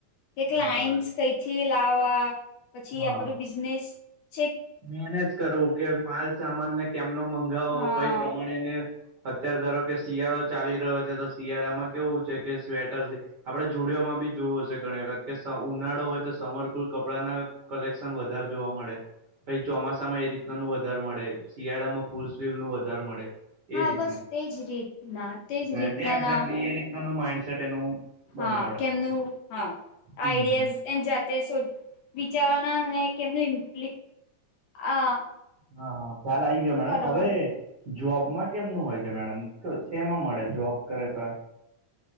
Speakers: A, on the left; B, on the right.
A: એક કલાઇટસ
B: બરાબર
A: કઈથી લાવા. પછી
B: હા
A: આપણું બિઝનેસ છે.
B: મેનેજ કરવું કે માલ સામાન ને કેમનો મંગાવો
A: હા
B: કઈ પ્રમાણેને અત્યારે ધારો કે શિયાળો ચાલી રહ્યો છે તો શિયાળામાં કેવું છે કે સ્વેટર આપડણે જુડીયોમાં બી જોવું હશે ઘણી વખત કે ઉનાળો હોય. તો સમરકુલ કપડા ના કલેક્શન વધારે જોવા મળે. ભાઈ ચોમાસામાં એ રીતના નું વધારે મળે શિયાળામાં ફૂલ સ્લીવ નું વધાર મળે. એ
A: હા
B: રીતના
A: બસ તેજ રીતના તેજ રીતના
B: એટલે એેગજેટલી
A: ના
B: એ રીતના ન માડસેટ એનું
A: હા
B: બનાવડાવે
A: કેમનું
B: છે.
A: હા
B: હમ
A: આઈડિએફ. એ જાતે શોધ વિચારવાના અને કેમનું ઇમ્પ્લી આ.
B: હા હા ખ્યાલ આઇ ગયો મેડમ
A: કરવા
B: હવે. જોબમાં કેમનું હોય છે મેડમ સેમાં મળે જોબ કરે તો આ